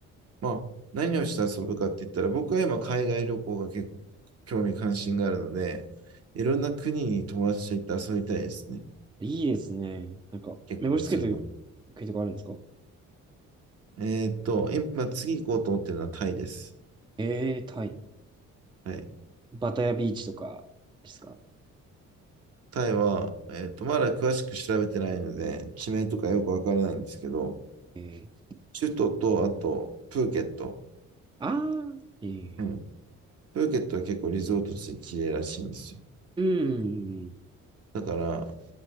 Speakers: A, on the right; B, on the right.
A: まあ、何をして遊ぶかって言ったら、僕は今、海外旅行が結構興味関心があるので、いろんな国に友達と行って遊びたいですね。
B: え、いいですね。なんか、
A: 結婚する前に
B: 目星つけてる国とかあるんですか
A: えーっと、今次行こうと思ってるのはタイです。
B: ええタイ。
A: はい。
B: バタヤビーチとかですか
A: タイは、えーっと、まだ詳しく調べてないので、地名とかよくわからないんですけど、
B: ええ
A: 首都と、あと、プーケット。
B: ああ、ええ
A: うん。プーケットは結構リゾート地で綺麗らしいんですよ。
B: うん、うんうん。
A: だから、